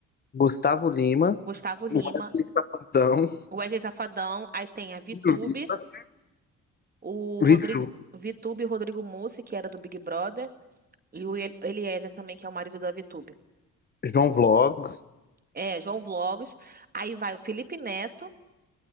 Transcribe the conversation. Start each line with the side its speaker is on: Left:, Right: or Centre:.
Left: Gustavo Lima,
Right: Gustavo Lima,
Left: Wesley Safadão,
Right: o Wesley Safadão, aí tem a Vitube,
Left: Ciro Lima,
Right: o Rodrigo
Left: Vitu,
Right: Vitube e o Rodrigo Mussi, que era do Big Brother, e o El- Eliezer também, que é o marido da Vitube.
Left: João Vlogs.
Right: É, João Vlogs. Aí vai o Felipe Neto,